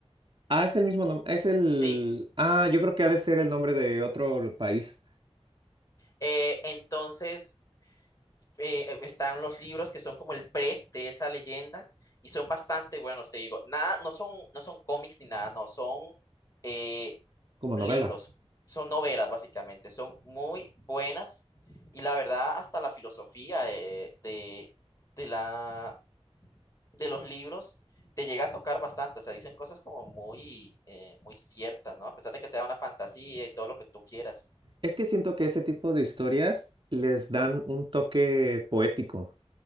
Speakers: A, on the right; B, on the left.
A: Ah, es el mismo nombre, es el,
B: Sí,
A: ah, yo creo que ha de ser el nombre de otro país
B: Eh, entonces, eh, eh, están los libros que son como el pre de esa leyenda y son bastante buenos, te digo. Nada, no son, no son cómics ni nada, no, son eh,
A: como
B: libros,
A: novela.
B: son novelas básicamente, son muy buenas y la verdad hasta la filosofía de, de, de la, de los libros te llega a tocar bastante, o sea, dicen cosas como muy, eh, muy ciertas, ¿no? A pesar de que sea una fantasía y todo lo que tú quieras.
A: Es que siento que ese tipo de historias les dan un toque poético.